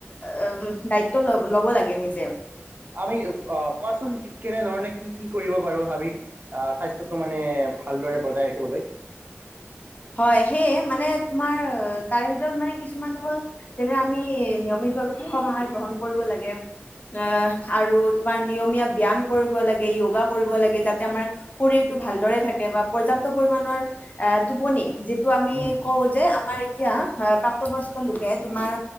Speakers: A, on the left; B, on the right.
A: আ উম দায়িত্ব ল ল'ব লাগে। সেই যে
B: আমি অ কোৱাচোন কেনেধৰণে কি কি কৰিব পাৰোঁ ভাবি আ স্বাস্থ্য স্বাস্থ্যটো মানে ভালদৰে বজাই ৰাখিবলৈ।
A: হয় সেয়ে মানে তোমাৰ তাৰে ভিতৰত মানে কিছুমান হ'ল, যেনে আমি নিয়মিতভাৱে কি সুষম আহাৰ গ্ৰহণ কৰিব লাগে। আহ আৰু তোমাৰ নিয়মীয়া ব্যয়াম কৰিব লাগে। যোগা কৰিব লাগে যাতে আমাৰ শৰীৰটো ভালদৰে থাকে বা পৰ্যাপ পৰ্যাপ্ত পৰিমাণৰ, এ টোপনি যিটো আমি
B: উম, হুম।
A: কওঁ যে আমাৰ এতিয়া ধৰা প্ৰাপ্তবয়ষ্ক লোকে তোমাৰ,